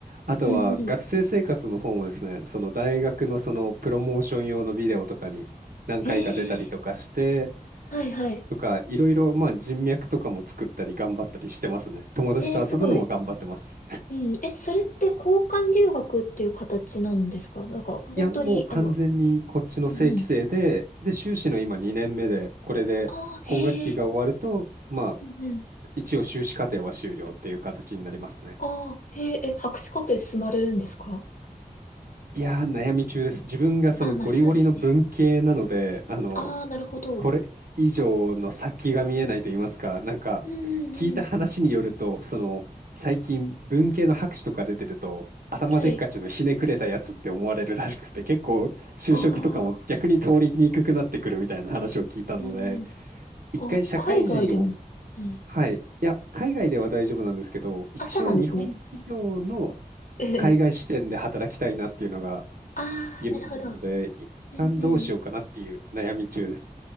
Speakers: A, on the right; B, on the left.
A: あとは学生生活の方もですね、
B: うんうん。
A: その大学のそのプロモーション用のビデオとかに何回か出たりとかして、
B: ええはいはい。
A: とか、いろいろ、まあ、人脈とかも作ったり頑張ったりしてますね。友達と遊ぶのも頑張ってます。
B: えー、すごい。うん、え、それって交換留学っていう形なんですかなんか、本当に、
A: いや、もう完全にこっちの正規生で、
B: あの、うんうん。
A: で、修士の今2年目で、これで今学期が終わると、
B: ああ、へえ、
A: まあ、
B: うんうん。
A: 一応修士課程は終了っていう形になりますね。
B: ああ、へえ、え、博士課程進まれるんですか
A: いやー、悩み中です。自分がそのゴリゴリの文系なので、
B: あ、まあそうですね。
A: あの、
B: ああ、なるほど。
A: これ以上の先が見えないと言いますか、なんか、
B: うんうんうん。
A: 聞いた話によると、その、最近文系の博士とか出てると、頭でっかちのひねくれたやつって思われるらしくて、
B: はい。
A: 結構就職とかも逆に通りにくくなってくるみたいな話を聞いたので、
B: ああ、うんうん。
A: 一回社会人を、
B: あ、海外でも。うん。
A: はい、いや、海外では大丈夫なんですけど、一応日本企業の
B: あ、そうなんですね。<laughs>
A: 海外視点で働きたいなっていうのが
B: ああ、
A: 夢なので、
B: なるほど。
A: 一旦どうしようかなっていう悩み中です。
B: うんうん。